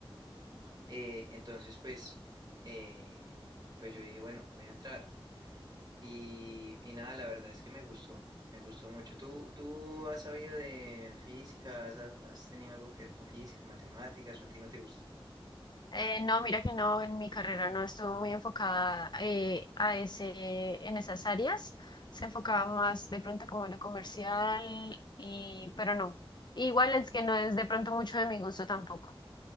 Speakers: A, on the right; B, on the left.
A: eh, entonces pues, eh, pues yo dije, bueno, voy a entrar. Y, y nada, la verdad es que me gustó, me gustó mucho. ¿Tú, tú has sabido de física? ¿Has, has tenido algo que ver con física, matemáticas o a ti no te gusta?
B: Eh, no, mira que no, en mi carrera no estuvo muy enfocada eh, a ese, en esas áreas. Se enfocaba más de pronto como a lo comercial, y, pero no. Igual es que no es de pronto mucho de mi gusto tampoco.